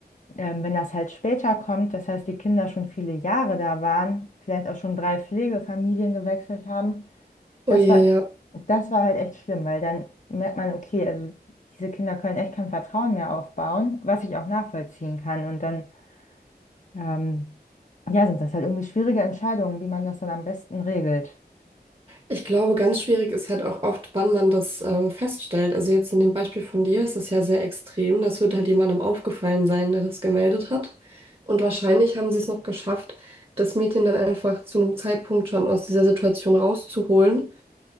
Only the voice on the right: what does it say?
Oh je,
ja.
Ich glaube, ganz schwierig ist halt auch oft, wann man das ähm, feststellt. Also jetzt in dem Beispiel von dir ist es ja sehr extrem. Das wird halt jemandem aufgefallen sein, der das gemeldet hat. Und wahrscheinlich haben sie es noch geschafft, das Mädchen dann einfach zu einem Zeitpunkt schon aus dieser Situation rauszuholen,